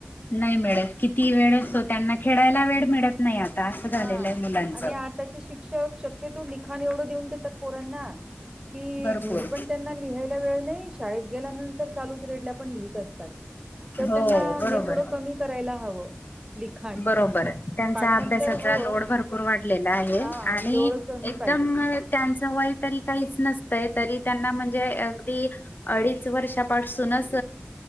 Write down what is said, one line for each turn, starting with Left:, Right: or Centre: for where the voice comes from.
Left: नाही मिळत किती वेळ असतो त्यांना खेळायला वेळ मिळत नाही आता असं झालेलं
Right: हा.
Left: आहे मुलांच.
Right: आणि आताचे शिक्षक शक्यतो लिखाण एवढं देऊन देतात पोरांना की
Left: भरपूर
Right: घरी पण. त्यांना लिहायला वेळ नाही शाळेत गेल्यानंतर चालूच पिरेड ला पण लिहित असतात.. तर
Left: हो
Right: त्यांना
Left: बरोबर
Right: हे थोडं कमी करायला हवं लिखाण.
Left: बरोबर आहे. त्यांचा
Right: पाठांतर
Left: अभ्यासाचा
Right: हवं
Left: लोड भरपूर वाढलेला आहे
Right: हा
Left: आणि
Right: लोळ कमी
Left: एकदम.
Right: पाहिजे
Left: त्यांचं वय तरी काहीच नसतंय तरी त्यांना म्हणजे अगदी. अडीच वर्षापासूनच